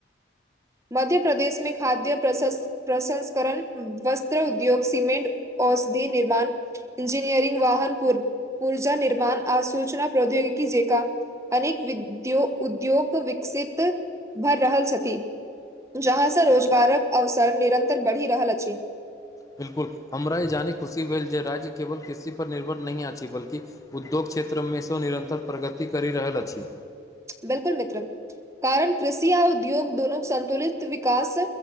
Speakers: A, on the right (about 15°); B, on the left (about 20°).
A: मध्य प्रदेश मे, खाद्य प्रसंस्करण व गृह उद्योग, सीमेंट, औषधि निर्माण, इंजीनियरिंग वाहन पूव ऊर्जा निर्माण आ सूचना प्रौद्योगिकी जेका। अनेक विद्यो उद्योग विकसित भर रहल छथि। जहाँसँ रोजगारक अवसर निरन्तर बढ़ि रहल अछि।
B: बिल्कुल हमरा ई जाने खुशी भेल जे, राज्य केवल किृसी पर निर्भर नहि अछि, बल्कि उद्योग क्षेत्रमे सेहो निरन्तर प्रगति करि रहल अछि।
A: 'बिलकुल' मित्र! कारण कृषि आ उद्योग दोनोक संतुलित विकास